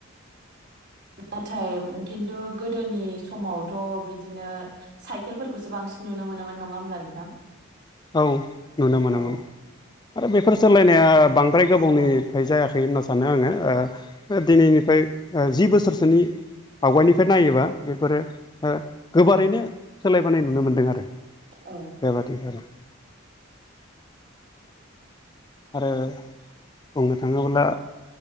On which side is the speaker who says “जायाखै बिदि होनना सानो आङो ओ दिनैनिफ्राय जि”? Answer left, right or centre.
Left